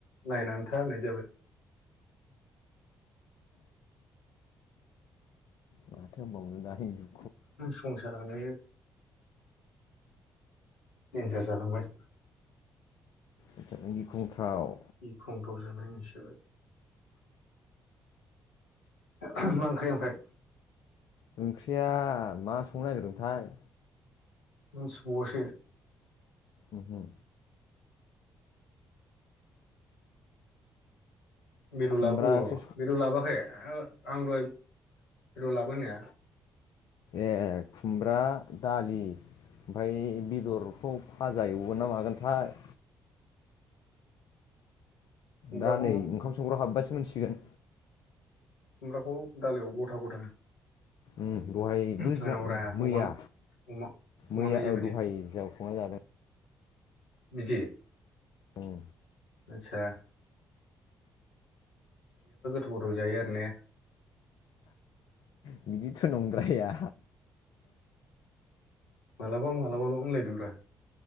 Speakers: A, on the left (about 80°); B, on the left (about 60°).
A: नायनानै थार होनाय जाबाय।
B: माथो होनबावनो दानि जुग
A: संसारानो देनजार जालांबाय।
B: एथ'बां गिख्रंथाव
A: गिख्रंथाव जाबाय होननायसो जाबाय। मा ओंख्रि ओमफ्राय?
B: ओंख्रिया मा संनो नागिरदोंथाय?
A: मिनथिबावासो?
B: उमहु।
A: बेदर
B: खुमब्रासो
A: ला औ बेदर लाबोआखै? आ आं दहाय बेदर लाबो होननाया?
B: ए खुमब्रा, दालि ओमफ्राय बेदरखौ भाजा एवगोन ना मागोनथाय
A: खुमब्राखौ
B: दा नै ओंखाम संग्रायाव हाबायसो मोनथिसिगोन
A: खुमब्राखौ दालियाव गथा गथा
B: उम दहायबो
A: होनांगौरा
B: जा मैया
A: अमा अमा अमा
B: मैया
A: मेजेम
B: औ
A: बायदि
B: दहाय याव संना जादों
A: बिदि
B: ओं
A: आदसा गोदाव जायो आरो ने?
B: बिदिथ' नंद्राया
A: मालाबा मालाबाल' होनलायदोंब्रा